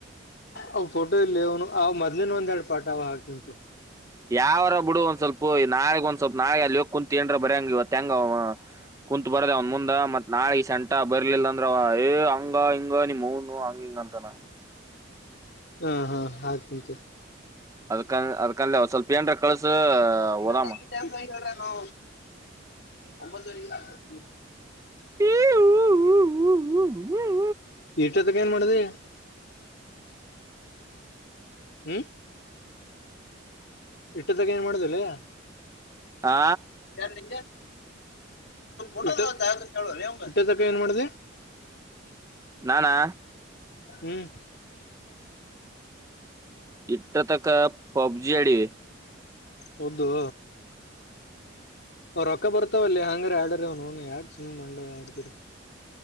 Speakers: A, on the left; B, on the right.
A: ಅವ ಫೋಟೋ ಇಲ್ಲಿ ಅವನು ಅವ ಮೊದ್ಲಿನ್ ಒಂದ್ ಎರಡು ಪಾರ್ಟ್ ಅವ ಹಾಕ್ತಿಂತು
B: ಯಾವರ ಬಿಡು ಒಂದ್ ಸ್ವಲ್ಪ ನಾಳಗ್ ಒಂದ್ ಸ್ವಲ್ಪ ನಾಳೆ ಅಲ್ಲಿ ಕುಂತ ಏನಾದ್ರು ಬರ್ಯಂಗ ಇವಂಗ ಕುಂತ್ ಬರದ ಅವನ್ ಮುಂದ ಮತ್ ನಾಳ ಈ ಸೆಂಟ ಬರ್ಲಿಲ್ಲ ಅಂದ್ರ ಏ ಹಂಗ ಹಿಂಗ ನಿಮ ನು ಹಂಗ ಹಿಂಗ ಅಂತಾನ
A: ಹಾ ಹಾ ಆತಂಂತೆ
B: ಅದ್ಕನ್ ಅದಕಂದ ಅವ ಸ್ವಲ್ಪ ಏನರ ಕಳ್ಸ
A: ನ
B: ಓದಾಮ
A: ಒಂಬತ್ತ <inaudible>
B: <inaudible>
A: ಇಲ್ಲಿ ತನಕ ಏನ್ ಮಾಡ್ತಿ ಹ್ಮ್ ಇಟ್ಟದಾಗ ಏನ್ ಮಾಡುದಲ್ಲಯ
B: ಆ
A: ನಿ ಇಷ್ಟೊತ್ತು ತನಕ ಏನ್ ಮಾಡಿದಿ
B: ನಾನಾ
A: ಹ್ಮ್
B: ಇಟ್ಟ ತಕ್ಕ ಪಬ್ಜಿ ಆಡಿವಿ
A: ಹೌದು ಅವ ರೊಕ್ಕ ಬರ್ತಾವಲ್ಲ ಹಂಗ್ರ ಆಡ್ರ ಅವನುನು ಯಾಕ ಸುಮ್ ಮಂಡ ಆಡ್ದರು